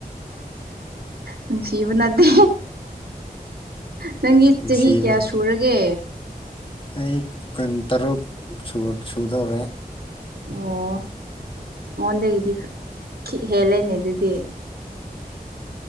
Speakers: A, on the right; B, on the left.
A: ꯅꯨꯡꯁꯤꯕ ꯅꯠꯇꯦ ꯅꯪꯒꯤ
B: ꯅꯨꯡꯁꯤꯕ
A: ꯆꯍꯤ ꯀꯌꯥ ꯁꯨꯔꯒꯦ
B: ꯑꯩ ꯀꯨꯟ ꯇꯔꯨꯛ ꯁꯨꯗꯧꯔꯦ
A: ꯑꯣ ꯑꯣꯟꯒꯗꯤ ꯍꯦꯜꯂꯦꯅꯦ ꯑꯗꯨꯗꯤ